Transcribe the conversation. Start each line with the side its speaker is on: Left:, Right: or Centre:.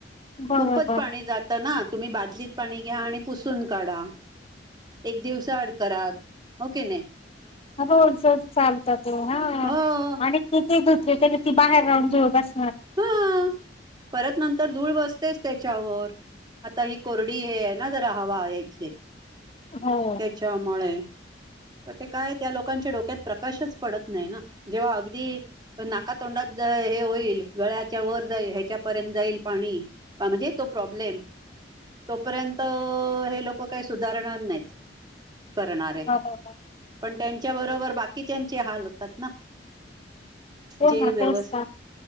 Left: बरोबर
Right: खूपच पाणी जात ना तुम्ही बादलीत पाणी घ्या आणि पुसून काढा एक दिवसा आड करा हो किनई?
Left: रोजचं चालत ते हा
Right: हो
Left: आणि किती धुतली तरी ती बाहेर राहून धुळ बस
Right: हा परत नंतर धूळ बसतेच त्याच्यावर आता ही कोरडी हे आहे, ना जरा हवा इथली.
Left: हो.
Right: त्याच्या मुळे तर ते काय त्या लोकांच्या डोक्यात प्रकाशच पडत नाही ना, जेव्हा अगदी नाकातोंडात हे होईल. गळ्याच्या वर जाई ह्याच्यापर्यंत जाईल पाणी म्हणजे तो प्रॉब्लेम तो पर्यंत हे लोक काही सुधारणार नाहीत. करणारे
Left: बरोबर
Right: पण त्यां त्या बरोबर बाकीच्याचे हाल होतात ना
Left: हो
Right: जे
Left: ना,
Right: व्यवस्
Left: तेच ना.